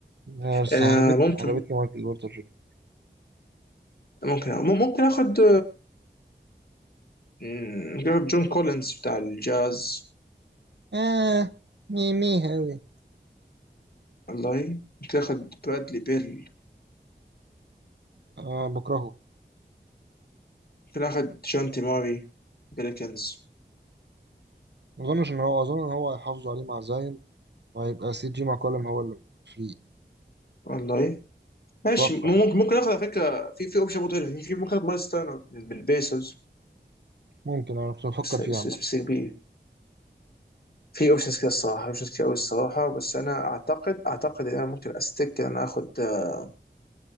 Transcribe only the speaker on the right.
بس
عجبتني
عجبتني مايكل بورتر جونيور
آه ميمي أوي
آه بكرهه
ما أظنش إن هو أظن إن هو هيحافظوا عليه مع زاين وهيبقى سي جي ماكولم هو اللي فري
أتوقع
ممكن أنا كنت بفكر
فيه
عامة